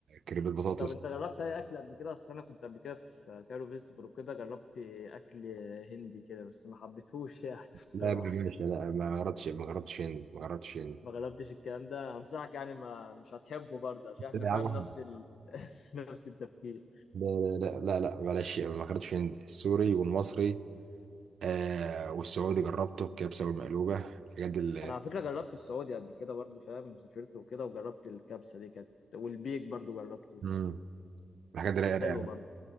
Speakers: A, on the right (about 65°); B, on the left (about 75°).
A: كريبات بطاطس
B: طب انت جربت اي اكل قبل كده اصل انا كنت قبل كده في كايرو فيستيفال وكده جربت اكل هندي كده بس ما حبيتهوش يعني <laughs> الصراحه
A: لا يا باشا لا ما جربتش ما جربتش هند ما جربتش هند
B: ما جربتش الكلام ده انصحك يعني ما مش هتحبه برضه عشان احنا
A: لا
B: فاهم
A: يا عم
B: نفس ال... <laughs> نفس التفكير
A: لا لا لا لا معلش ما جربتش هند السوري والمصري آه والسعودي جربته الكبسه والمقلوبه الحاجات دي ال-
B: انا على فكره جربت السعودي قبل كده برضه فاهم سافرت وكده وجربت الكبسه دي كانت والبيك برضه جربته
A: مم. الحاجات دي
B: كان
A: رايقه
B: حلو
A: رايقة.
B: برضه